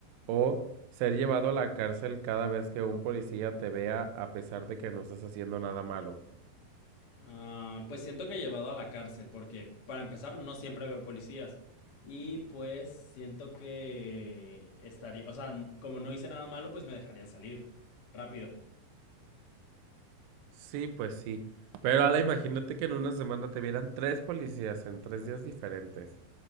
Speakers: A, on the right (about 75°); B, on the left (about 55°).
A: o ser llevado a la cárcel cada vez que un policía te vea a pesar de que no estás haciendo nada malo.
B: Ah, pues siento que he llevado a la cárcel, porque para empezar no siempre veo policías. Y pues siento que estaría, o sea, n- como no hice nada malo, pues me dejarían salir rápido.
A: Sí, pues sí. Pero Ada, imagínate que en una semana te vieran tres policías en tres días diferentes.